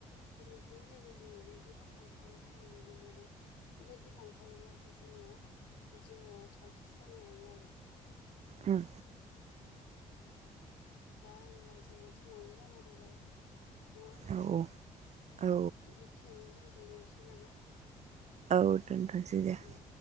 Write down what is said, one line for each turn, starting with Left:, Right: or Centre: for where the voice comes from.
Left: सोलोंथाइनि गेजेरजों माने गोबां लांफानायखौ जों नुनो मोनो। बेबायदि लांफायोब्लासो जोंहा जिउआव साक्सेस जानो हायो आरो।
Right: ओम।
Left: ओम दा होनब्ला जोंहा समावबो जाना फैबाय। नङा होनबा?
Right: औ
Left: दा
Right: औ
Left: बे बेखिनियावनो दोन्थ'नोसै नामा?
Right: औ दोनथ'सै दे।
Left: उम।